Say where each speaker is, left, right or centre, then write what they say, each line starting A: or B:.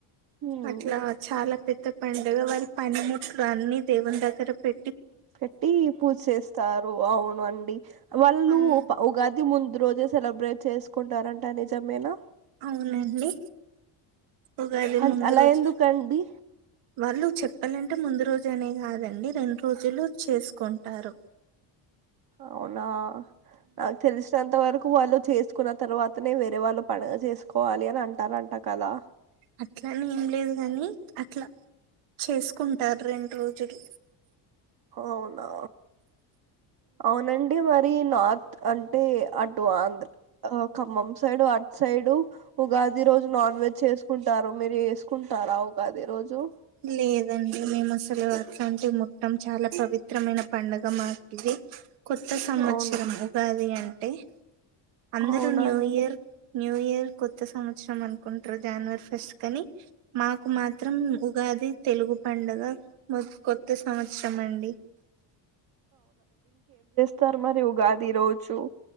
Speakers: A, on the right; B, on the right.
A: హ్మ్.
B: అట్లా చాలా పెద్ద పండుగ వారి పనిముట్లు అన్ని దేవుని దగ్గర పె
A: పెట్టి పూజ చేస్తారు అవును అండి వాళ్ళు
B: మ్మ్
A: ఉగాది ముం దు రోజే సెలబ్రేట్ చేసుకుంటారంట నిజమేనా
B: అవునండి ఉగాది
A: అన్
B: ముందు
A: అలా
B: రోజు
A: ఎందుకండి
B: వాళ్ళు చెప్పాలంటే ముందు రోజు అనే కాదండి రెండు రోజులు చేసుకుం టారు
A: అవునా నాకు తెలిసినంత వరకు వాళ్ళు చేసు కున్న తర్వాతనే వేరే వాళ్ళు పండగ చేసుకోవాలి అని అంటారంట కదా
B: అట్లాని ఏం లేదు గాని అట్లా చేసుకుంటారు రెండు రోజులు
A: అవునా అవునండి మరి నార్త్ అంటే అటు ఆంధ్ర ఖమ్మం సైడు అ సైడు ఉగాది రోజు నాన్ వెజ్ చేసుకుంటారు మీరు చేసుకుంటారా ఉగాది రోజు
B: లే దండి మేము అసలు అట్లాంటి ముట్టం చాలా పవిత్రమైన పండగ మాకిది కొత్త సంవత్సరం
A: అవునా
B: ఉగాది అంటే అందరూ
A: అవునండి
B: న్యూ ఇయర్ న్యూ ఇయర్ కొత్త సంవత్సరం అనుకుంటారు జనవరి ఫస్ట్ కాని మాకు మాత్రం ఉగాది తెలుగు పండగ మాక్ కొత్త సంవత్సరం అండి
A: తార్ మరి ఉగాది రోజు